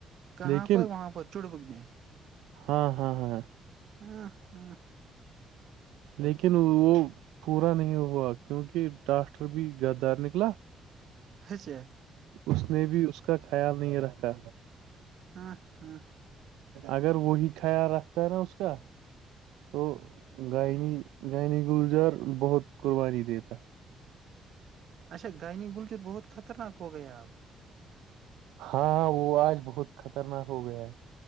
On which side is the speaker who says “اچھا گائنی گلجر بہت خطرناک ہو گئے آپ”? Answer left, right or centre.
Right